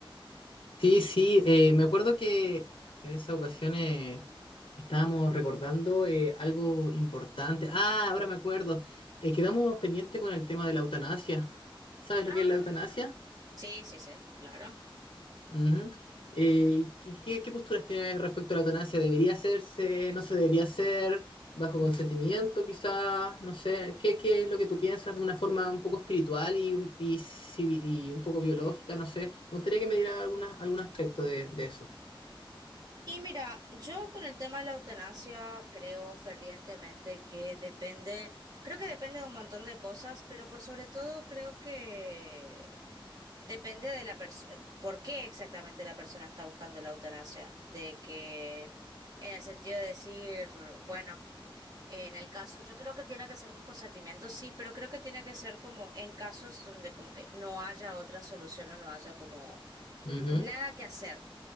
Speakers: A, on the left (about 85°); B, on the right (about 45°).
A: Sí, sí, eh, me acuerdo que en esa ocasión eh, estábamos recordando eh, algo importante. Ah, ahora me acuerdo. Eh, quedamos pendiente con el tema de la eutanasia. ¿Sabes
B: Ah,
A: lo que es la eutanasia?
B: sí, sí, sí, claro.
A: Ujú. Eh, ¿qué, qué- qué posturas tienes respecto a la eutanasia? ¿Debería hacerse? ¿No se debería hacer? ¿Bajo consentimiento, quizás? No sé. ¿Qué, qué es lo que tú piensas de una forma un poco espiritual y, un- y, civi- y un poco biológica? No sé. Me gustaría que me diera alguna, algún aspecto de, de eso.
B: Y mira, yo con el tema de la eutanasia creo fervientemente que depende, creo que depende de un montón de cosas, pero por sobre todo creo que depende de la persona, por qué exactamente la persona está buscando la eutanasia, de que en el sentido de decir, bueno, en el caso, yo creo que tiene que ser con consentimiento, sí, pero creo que tiene que ser como en casos donde como que no haya otra solución o no haya como
A: Ujú,
B: nada que hacer,